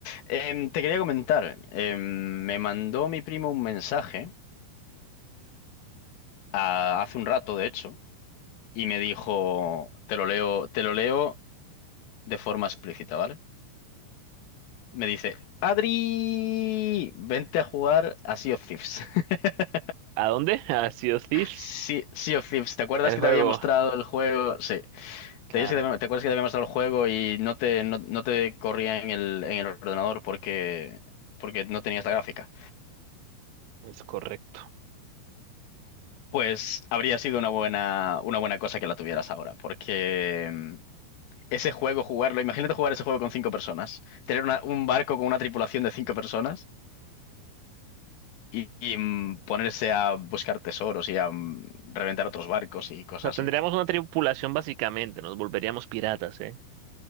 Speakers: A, on the left; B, on the right.
A: Em, te quería comentar, em, me mandó mi primo un mensaje a- hace un rato, de hecho, y me dijo, te lo leo, te lo leo de forma explícita, ¿vale? Me dice, Adri, vente a jugar a Sea of Thieves. <laughs>
B: ¿A dónde? <laughs> A Sea of Thieves.
A: Sí, Sea of Thieves, ¿te acuerdas
B: El
A: que
B: juego.
A: te había mostrado el juego? Sí,
B: Claro,
A: ¿te, acuerdas que te, te acuerdas que te había mostrado el juego y no te, no, no te corría en el, en el ordenador porque, porque no tenías la gráfica?
B: es correcto. O
A: Pues habría sido una buena, una buena cosa que la tuvieras ahora, porque mm, ese juego, jugarlo, imagínate jugar ese juego con cinco personas, tener una- un barco con una tripulación de cinco personas y, y, mm, ponerse a buscar tesoros y a mm, reventar otros barcos y cosas
B: sea, tendríamos una tripulación básicamente, nos volveríamos piratas, ¿eh?